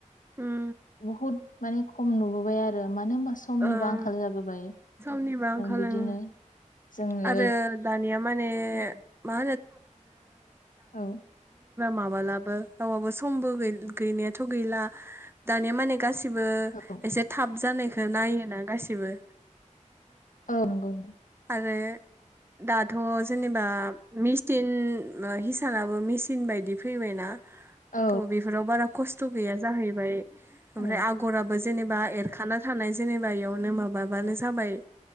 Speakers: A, on the right; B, on the left.
A: उम
B: बहुद माने खम नुबोबाय आरो मानो होनबा समनिबो
A: ओं
B: आंखाल जाबोबाय
A: समनिबो आंखाल
B: बिदिनो
A: ओं
B: जोङो
A: आरो दानिया माने बा
B: औ
A: माबालाबो रावाबो समबो गै गैनायाथ' गैला दानिया माने गासिबो बो
B: औ
A: एसे थाब जानायखो नायोना गासिबो
B: औ नंगौ नं
A: आरो दाथ' ज जेनेबा मिचटिन हिसानाबो मेचिन बायदि फैबायना
B: औ
A: त' बिफोराव बारा खस त' गैया जाहैबाय ओमफ्राय
B: औ
A: आगराबो जेनेबा एरखाना थानाय जेनेबा इयावनि माबाबा बानो जाबाय